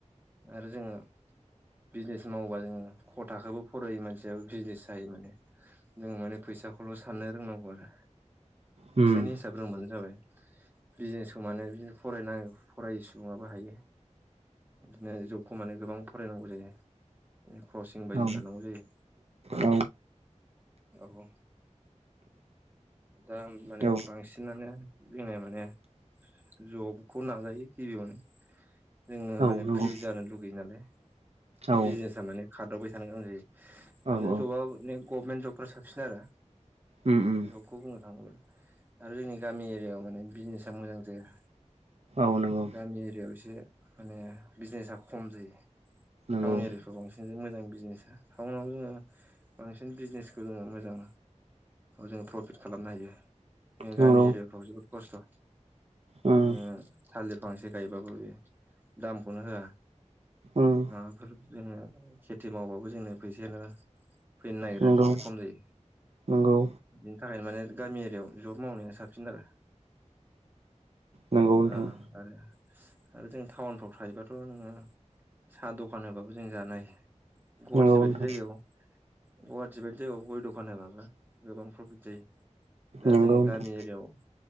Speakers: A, on the right (about 15°); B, on the right (about 55°).
A: आरो जोङो बिजनेस मावोबा जोङो खथाखोबो फरायो मानसियाबो बिजनेस जायो माने जोङो माने फैसाखौल' साननो रोंनांगौ आरो
B: उम
A: फैसानि फिजाब रोंबानो जाबाय बिजनेसखौ माने बिनो फरायनाङ फरायै सुबुङाबो हायो बिदिनो जबखौ माने गोबां फरायनांगौ जायो क्रसिं बायदि
B: औ
A: लानांगौ जायो
B: औ
A: औ दा माने
B: औ
A: बांसिनानो जोंऔ माने जबखौ नाजाओ गिबियावनो जोङो
B: औ
A: माने
B: नंगौ
A: फ्रि जानो लुगैयो नालाय
B: औ
A: बिजनेसा माने खारावबाय थानो गोनां जायो माने
B: औ औ
A: जबा गभर्नमेन्ट जबफ्रा साबसिन आरो
B: उम उम
A: जबखौ बुंनो थाङोब्ला आरो जोंनि गामि एरियाायाव माने बिजनेसा मोजां जाया
B: औ नंगौ
A: गामि एरियाायाव एसे माने बिजनेसा खम जायो
B: नंगौ
A: टाउन एरियाखौ बांसिन मोजां बिजनेसा टाउनाव जोङो बांसिन बिजनेसखौ जोङो मोजां जोङो प्रफिट खालामनो हायो जों
B: नंगौ
A: गामि एरियाफ्राव जोबोद खस्थ'
B: उम
A: जोङो थालिर फांसे गायबाबो बेयो दामखौनो होआ
B: उम
A: माबाफोर जोङो खेथि मावबाबो जोंनो फैसायानो फैनो नागिरा
B: नंगौ
A: जोबोद खम जायो
B: नंगौ
A: बिनि थाखायनो माने गामि एरियायाव जब मावनाया साबसिन आरो
B: नंगौ नोंथां
A: अ आरो आरो जों टाउनफ्राव थायोबाथ' नोङो साहा दखान होबाबो जों जानो गुवाहाटी
B: नंगौ
A: बारिदि
B: नोंथां
A: जायगायाव गुवाहाटि बायदि जायो गय दखान होबाबो गोबां प्रफिट जायो दा
B: नंगौ
A: जोंङो
B: नोंथां
A: गामि एरियायाव